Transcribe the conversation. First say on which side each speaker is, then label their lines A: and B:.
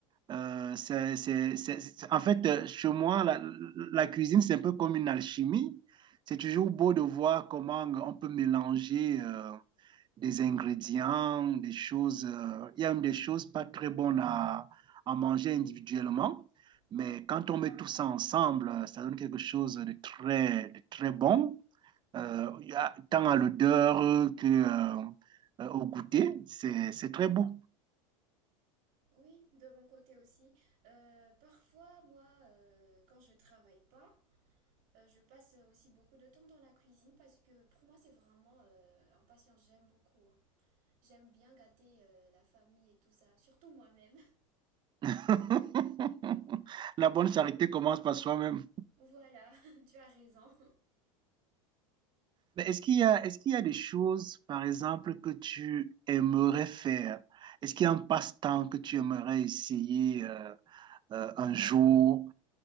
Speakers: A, on the right (about 25°); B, on the right (about 55°).
A: Euh, c'est, c'est- c'est- c'est- en fait, euh, chez moi, la, la cuisine, c'est un peu comme une alchimie. C'est toujours beau de voir comment on peut mélanger euh, des ingrédients, des choses. euh, il y a même des choses pas très bonnes à, à manger individuellement, mais
B: Hmm,
A: quand on met tout ça ensemble, euh, ça donne quelque chose de très, de très bon euh, il y a tant à l'odeur que, euh, euh, au goûter. C'est, c'est très beau.
B: Oui, de mon côté aussi. Euh, parfois, moi, euh, quand je travaille pas, euh, je passe aussi beaucoup de temps dans la cuisine parce que pour moi, c'est vraiment euh, un passion. J'aime beaucoup. hein. J'aime bien gâter euh, la famille et tout ça, surtout moi-même. <laughs>
A: <laughs> La bonne charité commence par soi-même.
B: Voilà, <laughs> tu as raison.
A: Mais est-ce qu'il y a, est-ce qu'il y a des choses, par exemple, que tu aimerais faire? Est-ce qu'il y a un passe-temps que tu aimerais essayer euh, euh, un jour?